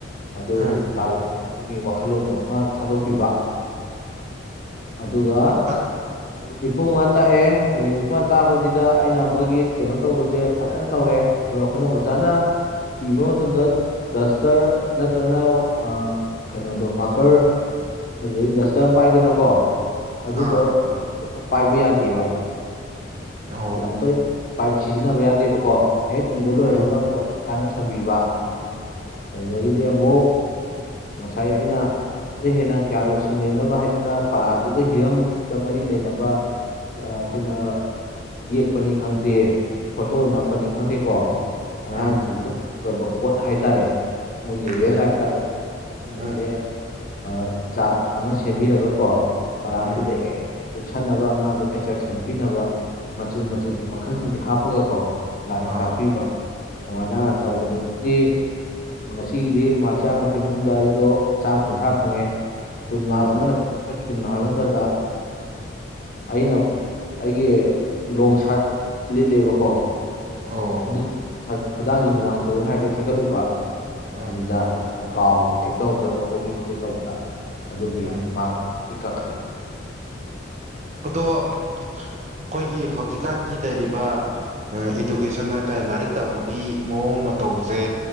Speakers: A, on the left; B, on the right.
A: ꯑꯗꯨ
B: ꯎꯝ
A: ꯂꯥꯜꯂꯛꯦ ꯑꯗꯨꯒꯤ ꯋꯥꯈꯜꯂꯣꯟꯗꯣ ꯑꯃ ꯊꯥꯗꯣꯛꯄꯤꯕ ꯑꯗꯨꯒ
B: ꯑꯠ
A: ꯃꯤꯅꯤꯠ ꯅꯤꯐꯨꯃꯉꯥ ꯇꯥꯛꯑꯦ ꯃꯤꯅꯤꯠ ꯅꯤꯐꯨꯃꯉꯥ ꯇꯥꯛꯄꯖꯤꯗ ꯑꯩꯅ ꯃꯣꯢꯒꯤ ꯀꯩꯅꯣ ꯇꯧꯕꯁꯦ ꯐꯖꯅ ꯇꯧꯔꯦ꯫ ꯑꯩꯈꯣꯢꯅ ꯑꯣꯖꯥꯅ ꯏꯕ ꯃꯇꯝꯗ ꯗꯁꯇꯔ ꯅꯠꯇ꯭ꯔꯒꯅ ꯑ ꯀꯩꯅꯣꯗꯣ ꯃꯥꯀꯔ ꯑꯗꯨꯗꯩ ꯗꯁꯇꯔ ꯄꯥꯢꯗꯅꯀꯣ ꯑꯗꯨꯗꯣ
B: ꯑꯥ
A: ꯇꯣꯢꯅ ꯄꯥꯢꯕ ꯌꯥꯗꯦꯕ
B: ꯑꯣ
A: ꯌꯥꯝ ꯇꯣꯢꯅ ꯄꯥꯢꯕ ꯁꯤꯖꯤꯟꯅꯕ ꯌꯥꯗꯦꯕꯀꯣ ꯍꯦꯛ ꯏꯕ ꯂꯣꯢꯕꯒ
B: ꯎꯝ
A: ꯃꯐꯝ ꯆꯥꯅ ꯊꯝꯕꯤꯕ ꯑꯗꯒꯤꯗꯤ ꯑꯃꯨꯛ ꯉꯁꯥꯢ ꯑꯩꯅ ꯑꯗꯨꯗꯩ ꯍꯦꯟꯅ ꯒ꯭ꯌꯥꯟ ꯂꯧꯁꯤꯡ ꯂꯩꯅꯕ ꯍꯥꯢꯗꯅ ꯄꯔꯥꯗꯨꯒ ꯍꯤꯔꯝꯗ ꯃꯔꯤ ꯂꯩꯅꯕ ꯑ ꯑꯩꯈꯣꯏꯅ ꯌꯦꯛꯄꯅꯤ ꯈꯪꯗꯦ ꯐꯣꯇꯣ ꯅꯞꯄꯅꯤ ꯈꯪꯗꯦꯀꯣ ꯑꯉꯥꯡꯁꯤꯡꯁꯤꯅ
B: ꯎꯝ
A: ꯄꯨꯔꯛꯄ ꯄꯣꯠ ꯍꯥꯢꯇꯥꯔꯦ ꯃꯣꯢꯒꯤ
B: ꯎꯝ
A: ꯔꯦꯜ ꯂꯥꯢꯐꯇ ꯁꯨꯝꯕꯖꯦ
B: ꯎꯝ
A: ꯑ ꯆꯥꯠ ꯑꯃ ꯁꯦꯝꯕꯤꯔꯒ ꯀꯣ ꯄꯔꯥꯗꯨꯗ
B: ꯎꯝ
A: ꯍꯦ ꯂꯨꯞꯁꯟꯅꯕ ꯑꯉꯥꯡꯗ ꯑꯦꯇ꯭ꯔꯦꯛꯁꯟ ꯄꯤꯅꯕ ꯃꯆꯨ ꯃꯆꯨꯒꯤ ꯃꯈꯜꯁꯤꯡꯁꯤ ꯍꯥꯞꯄꯒꯀꯣ ꯂꯥꯏꯔꯤꯛ
B: ꯑꯥ
A: ꯇꯥꯛꯄꯤꯕ ꯁꯨꯃꯥꯏꯅ
B: ꯎꯝ
A: ꯇꯧꯕꯗꯒꯤ <unintelligible> ꯉꯁꯤꯒꯤꯗꯤ ꯃꯥꯛ ꯆꯥꯝꯃ ꯌꯥꯡꯈꯩ ꯃꯅꯨꯡꯗ ꯑꯩꯗꯣ ꯆꯥꯝ ꯀꯨꯟꯊ꯭ꯔꯥ ꯐꯪꯉꯦ ꯀꯨꯟ
B: ꯎꯝ
A: ꯃꯥꯔꯛ ꯑꯃꯅ ꯀꯃꯥꯏꯅ ꯀꯛꯈꯤꯕꯅꯣ ꯍꯥꯏꯕ ꯃꯇꯝꯗ ꯑꯩꯅ ꯑꯩꯒꯤ ꯂꯣꯡ ꯁꯥꯔꯠ ꯂꯤꯠꯂꯦꯕꯀꯣ
B: ꯑꯣ
A: <inaudible> ꯈꯨꯗꯥꯡꯁꯦ ꯍꯨꯃꯥꯡ ꯁꯧꯋꯦꯅ ꯍꯥꯏꯐꯦꯠ ꯊꯤꯀꯠꯂꯨꯕ
B: ꯎꯝ
A: ꯑꯗꯨꯗ ꯀꯥꯎ ꯊꯦꯛꯇꯍꯧꯗ꯭ꯔꯕ ꯍꯣꯕꯦ ꯍꯣꯕꯦ ꯇꯧꯕꯗ ꯑꯗꯨꯒꯤ
B: ꯎꯝ
A: ꯃꯥꯛ <inaudible> ꯀꯛꯈ꯭ꯔꯦ
B: ꯑꯗꯣ ꯑꯩꯈꯣꯏꯒꯤ ꯍꯧꯖꯤꯛꯀꯥꯟꯒꯤ ꯂꯩꯔꯤꯕ ꯏꯗꯨꯀꯦꯁꯟ ꯍꯥꯏꯇꯥꯔꯦ ꯂꯥꯏꯔꯤꯛ ꯇꯝꯕꯒꯤ ꯃꯑꯣꯡ ꯃꯇꯧꯁꯦ